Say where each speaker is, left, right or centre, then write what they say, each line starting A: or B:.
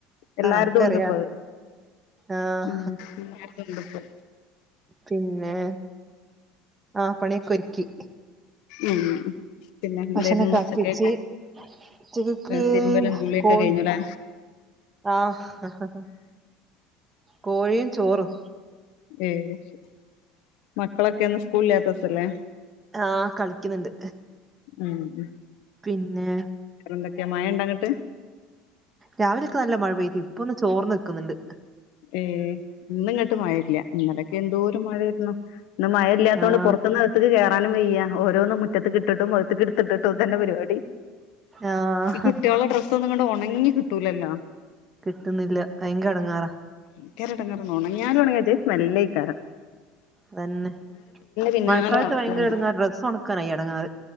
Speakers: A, on the left; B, on the right.
A: എല്ലാടത്തും
B: ആർക്കറിയാ
A: ഉണ്ട് ഇപ്പോ
B: ആഹ്
A: ഉ എല്ലും ഉണ്ട്പ്പോ
B: പിന്നെ ആ പണിയൊക്കെ ഒരുക്കി
A: ഉം പിന്നെ
B: ഭക്ഷണൊക്കെ
A: എന്ത ഉച്ചക്കേക്ക്
B: ആക്കി വെച്ച് ഉച്ചക്കക്ക്
A: തിരുമ്പല്ലാം ഗുള്ളിയൊക്കെ
B: കോൾ
A: കഴിഞ്ഞലെ
B: ആഹ് കോഴിയും ചോറും
A: ഏഹ് ശരി മക്കളൊക്കെ ഒന്ന് സ്കൂളിലാത്തസല്ലേ
B: ആഹ് കളിക്കുന്നുണ്ട്
A: ഉം ഉം
B: പിന്നെ
A: എന്തൊക്കെയ മഴ ഉണ്ടാങ്ങിട്ട്
B: രാവിലെയൊക്കെ നല്ല മഴ പെയ്തു ഇപ്പൊന്നന്ന് ചോർന്ന് നിക്കുന്നുണ്ട്
A: ഏഹ് ഇന്ന ഇങ്ങോട്ട് മഴല്ല ഇന്നലൊക്കെ എന്തോരം മഴായിരുന്നു ഇന്ന് മ ഇല്ലാത്തുകൊണ്ട്
B: ആഹ്
A: പുറത്തനിന്ന് അടുത്തക്ക് കയറാനും വയ്യ ഓരോന്നന്ന് മുറ്റത്ത് കട്ടിട്ടും മകത്തക്ക എടുത്തിട്ടും ഇ തന്നെ പരിപാടി
B: ആഹ്
A: ഈ കുട്ടിയോള്ള ഡ്രസ്സ് ഒന്നും ഇങ്ങണ്ട് ഉണങ്ങി കിട്ടൂലല്ലോ
B: കിട്ടുന്നില്ല ഭയങ്കര എടങ്ങേറാ
A: ങ്കരെടെങ്ങേറാ ഒണങ്യാലും ഉണങ്ങ്യാ ഒര്ജായി സ്മെല്ലേകാരം
B: തന്നെ.
A: പിന്നാലെ
B: മഴക്കാലത്ത്
A: നടക്കാണ്
B: ഭയങ്കര ഇടങ്ങാറ് ഡ്രസ്സൊണക്കാനാ ഈ എടങ്ങാറ്.